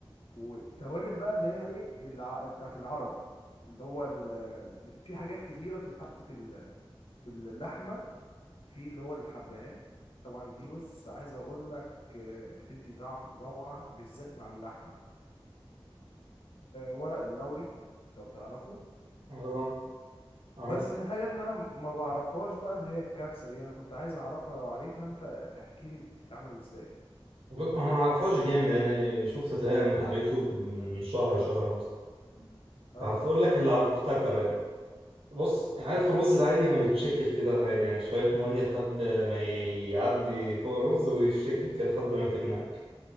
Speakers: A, on the left; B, on the right.
A: والتوابل بقى اللي هي ايه الع- بتاعت العرب اللي هو ال- في حاجات كتيره بتتحط في ال- في اللحمه في اللي هو الحبهان طبعا دي بص عايز اقول لك آه، بتدي طعم روعه بالذات مع اللحمه وورق اللوري لو تعرفه
B: اه اعرف
A: بس الحاجة اللي انا ما بعرفهاش بقى اللي هي الكبسة دي انا كنت عايز اعرفها لو عارفها انت احكي لي بتتعمل ازاي
B: ب- انا ما اعرفهاش جامد يعني شفت طريقة من على اليوتيوب من شهر شهر ونص
A: اه
B: فهقول لك اللي افتكره يعني بص عارف الرز العادي يعني بيتشكل كده عادي يعني شوية مية لحد ما يعدي فوق الرز ويتشكل كده لحد ما يتم معاك